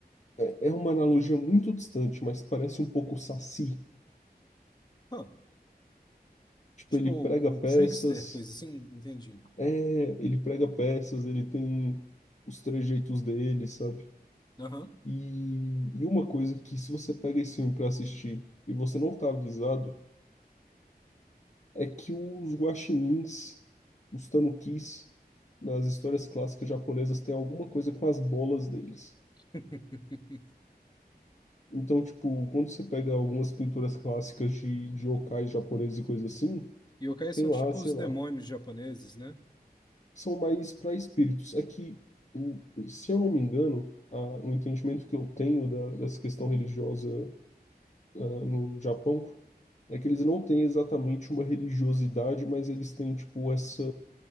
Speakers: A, on the left; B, on the left.
A: É é uma analogia muito distante, mas parece um pouco o Saci.
B: Ah,
A: Tipo,
B: tipo,
A: ele prega
B: um
A: peças,
B: trickster, coisa assim, entendi.
A: é, ele prega peças, ele tem os trejeitos dele, sabe?
B: Aham.
A: E, e uma coisa que se você pega esse filme pra assistir e você não tá avisado, é que os guaxinins, os tanukis, nas histórias clássicas japonesas têm alguma coisa com as bolas deles.
B: <laughs>
A: Então, tipo, quando você pega algumas pinturas clássicas de, de yokai japoneses e coisa assim,
B: Yokais
A: tem
B: são
A: lá,
B: tipo
A: sei
B: os demônios
A: lá,
B: japoneses, né?
A: são mais para espíritos. É que, o- se eu não me engano, a, o entendimento que eu tenho da, dessa questão religiosa ah, no Japão é que eles não têm exatamente uma religiosidade, mas eles têm, tipo, essa,